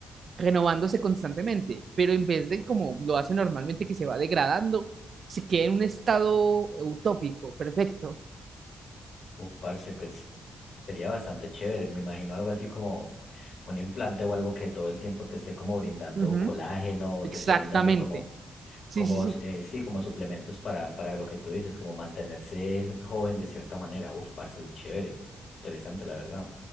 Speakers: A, on the right; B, on the left.
A: renovándose constantemente, pero en vez de como lo hace normalmente que se va degradando, se queda en un estado utópico, perfecto.
B: Uf, parce, pues sería bastante chévere. Me imagino algo así como un implante o algo que todo el tiempo te esté como brindando
A: Ujú,
B: colágeno o
A: Exactamente.
B: te esté brindando como
A: Sí,
B: como,
A: sí, sí.
B: eh, sí, como suplementos para, para lo que tú dices, como mantenerse joven de cierta manera. Uf, parce, chévere, interesante, la verdad.